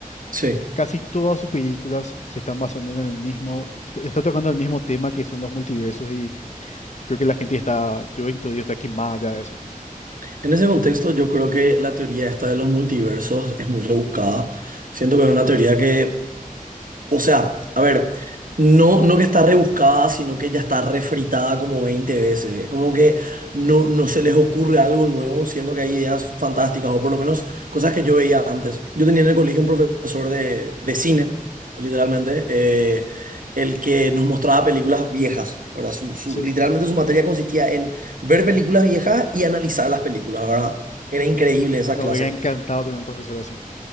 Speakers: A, on the right (about 70°); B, on the left (about 50°).
A: Sí.
B: eh, casi todas sus películas se están basando en el mismo, está tocando el mismo tema que son los multiversos y creo que la gente está, yo incluido, está quemada ya de eso.
A: En ese contexto, yo creo que la teoría esta de los multiversos es muy rebuscada. Siento que es una teoría que O sea, a ver, no, no que está rebuscada, sino que ya está refritada como 20 veces. Es como que no, no se les ocurre algo nuevo, siendo que hay ideas fantásticas, o por lo menos cosas que yo veía antes. Yo tenía en el colegio un profesor de, de cine, literalmente, eh, el que nos mostraba películas viejas. ¿verdad? Su, su-
B: Sí,
A: literalmente su materia consistía en ver películas viejas y analizar las películas, ¿verdad? Era increíble esa
B: me
A: clase.
B: hubiera encantado tener un profesor así.